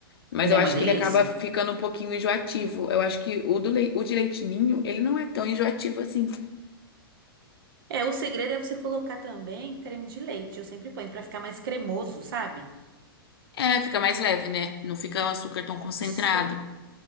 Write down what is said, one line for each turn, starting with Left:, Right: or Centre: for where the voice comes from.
Left: Mas
Right: É
Left: eu acho
Right: uma delícia.
Left: que ele acaba ficando um pouquinho enjoativo. Eu acho que o, do lei- o de leite ninho, ele não é tão enjoativo assim.
Right: É, o segredo é você colocar também creme de leite. Eu sempre ponho pra ficar mais cremoso, sabe?
Left: É, fica mais leve, né? Não fica o açúcar tão concentrado.
Right: Isso.